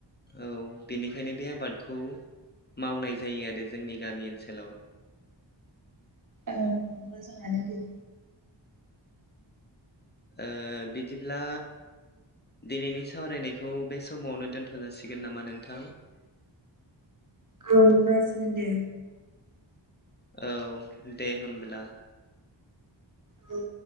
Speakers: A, on the left (about 20°); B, on the right (about 45°).
A: औ बेनिखायनो बे आबादखौ मावनाय जायो आरो जोंनि गामि ओनसोलाव।
B: ओं मोजाङानो दे।
A: ओ बिदिब्ला दिनैनि सावरायनायखौ बे समावनो दोनथ' जासिगोन नामा नोंथां?
B: औ जासिगोन दे।
A: औ दे होमब्ला।
B: औ